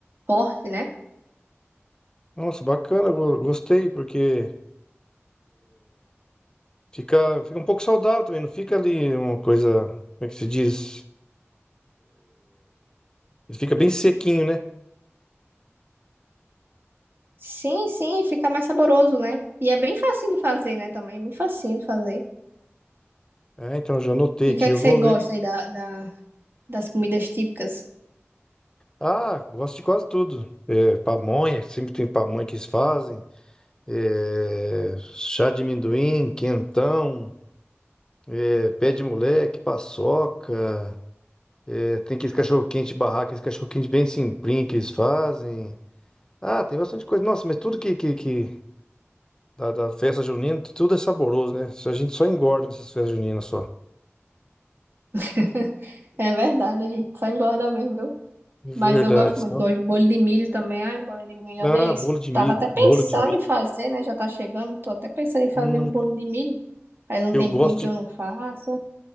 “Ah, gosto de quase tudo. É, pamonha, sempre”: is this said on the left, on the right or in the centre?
Left